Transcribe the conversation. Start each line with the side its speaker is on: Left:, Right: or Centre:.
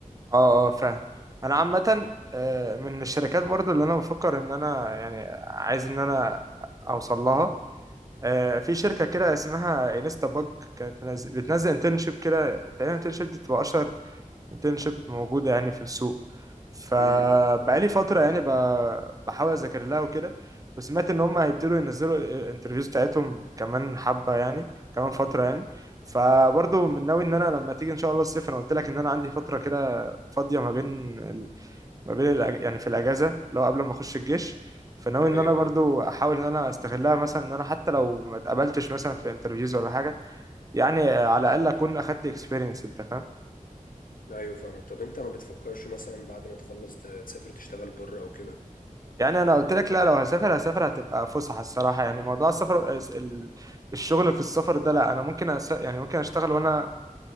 Right: اه اه فاهم انا عامة آه، من الشركات برضو اللي انا بفكر ان انا يعني عايز ان انا اوصل لها آه، في شركة كده اسمها انستا باج كانت منزل بتنزل انترنشيب كده تقريبا انترنشيب دي بتبقى أشهر انترنشيب موجودة يعني في السوق فبقالي
Left: امم
Right: فترة يعني ب- بحاول أذاكر لها وكده وسمعت إن هم هيبتدوا ينزلوا الانترفيوز بتاعتهم كمان حبة يعني كمان فترة يعني فبرضه من ناوي إن أنا لما تيجي إن شاء الله الصيف أنا قلت لك إن أنا عندي فترة كده فاضية ما بين ما بين الأج... يعني في الاجازه لو قبل ما اخش الجيش فناوي ان
Left: ايوه
Right: انا برضو
Left: ايوه
Right: احاول ان انا استغلها مثلا ان انا حتى لو ما اتقبلتش مثلا في انترفيوز ولا حاجه يعني على الاقل اكون اخدت اكسبيرينس انت فاهم
Left: ايوه فاهمك طب انت ما بتفكرش مثلا بعد ما تخلص ت- تسافر تشتغل بره او كده
Right: يعني انا قلت لك لا لو هسافر هسافر هتبقى فسحه الصراحه يعني موضوع السفر ال- الشغل في السفر ده لا انا ممكن أس... يعني ممكن اشتغل وانا